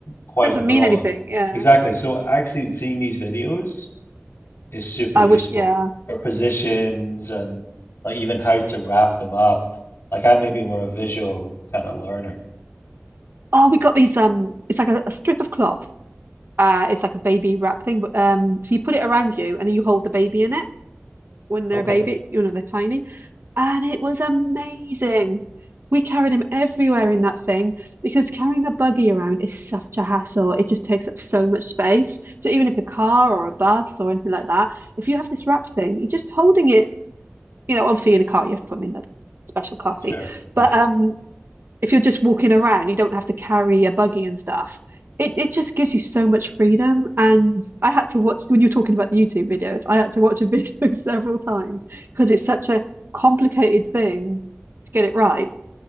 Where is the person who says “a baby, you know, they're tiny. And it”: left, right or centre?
Right